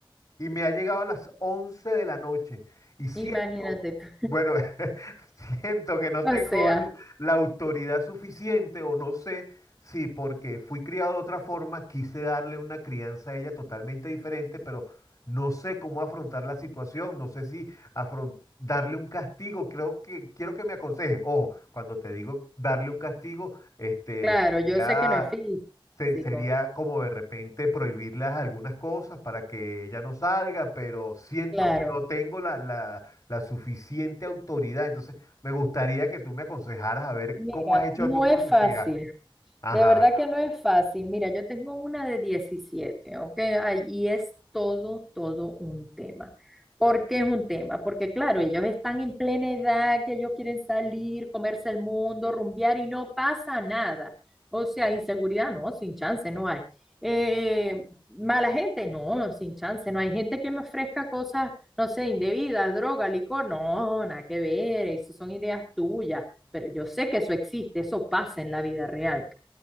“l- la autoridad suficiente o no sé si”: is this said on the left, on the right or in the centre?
Left